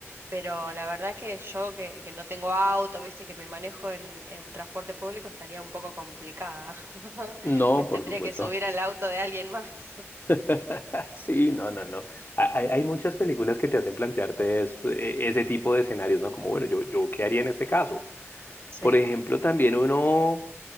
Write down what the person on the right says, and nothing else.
Pero la verdad es que yo que, que no tengo auto, viste, que me manejo en, en transporte público, estaría un poco complicada. <laughs>
Me
tendría
que subir al auto de alguien más. <laughs>
Sí.